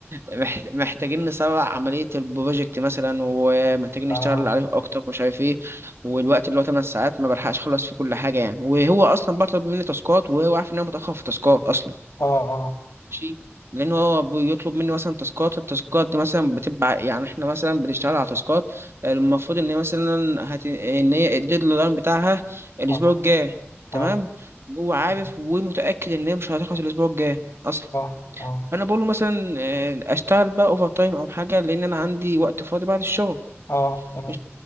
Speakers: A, on the right; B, on the left.
A: مح- محتاجين نسرع عملية البروجكت مثلا ومحتاجين نشتغل
B: اه
A: عليه أكتر ومش عارف إيه والوقت اللي هو 8 ساعات ما بلحقش أخلص فيه كل حاجة يعني وهو أصلا بطلب مني تاسكات وهو عارف إن أنا متأخر في تاسكات أصلا
B: اه اه
A: ماشي لأن هو بيطلب مني مثلا تاسكات التاسكات دي مثلا بتبقى يعني إحنا مثلا بنشتغل على تاسكات المفروض إن هي مثلا هت... إن هي الديدلاين بتاعها الأسبوع
B: اه
A: الجاي تمام
B: اه
A: هو عارف
B: مم.
A: ومتأكد إن هي مش هتخلص الأسبوع الجاي أصلا
B: اه اه
A: فانا بقول له مثلا آه، اشتغل بقى اوفر تايم او حاجه لان انا عندي وقت فاضي بعد الشغل
B: اه تمام
A: مش